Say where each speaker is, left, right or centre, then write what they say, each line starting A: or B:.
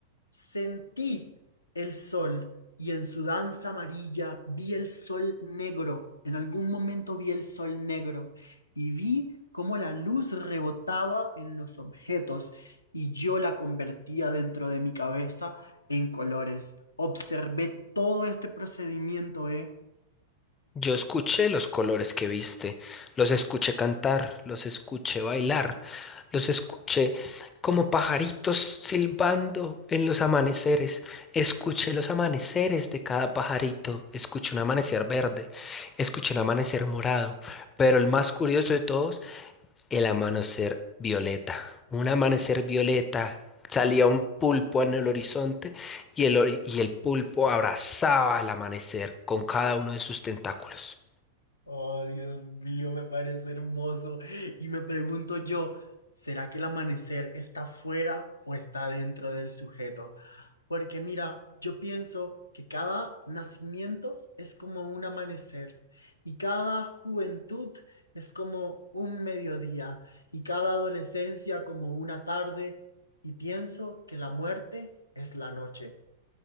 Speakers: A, on the left; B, on the left.
A: sentí el sol y en su danza amarilla vi el sol negro. En algún momento vi el sol negro y vi cómo la luz rebotaba en los objetos y yo la convertía dentro de mi cabeza en colores. Observé todo este procedimiento, ¿eh?
B: Yo escuché los colores que viste, los escuché cantar, los escuché bailar, los escuché como pajaritos silbando en los amaneceres. Escuché los amaneceres de cada pajarito, escuché un amanecer verde, escuché un amanecer morado, pero el más curioso de todos el amanecer violeta. Un amanecer violeta. Salía un pulpo en el horizonte y el, hori- y el pulpo abrazaba al amanecer con cada uno de sus tentáculos.
A: Oh, Dios mío, me parece hermoso. Y me pregunto yo, ¿será que el amanecer está fuera o está dentro del sujeto? Porque mira, yo pienso que cada nacimiento es como un amanecer y cada juventud es como un mediodía y cada adolescencia como una tarde y pienso que la muerte es la noche.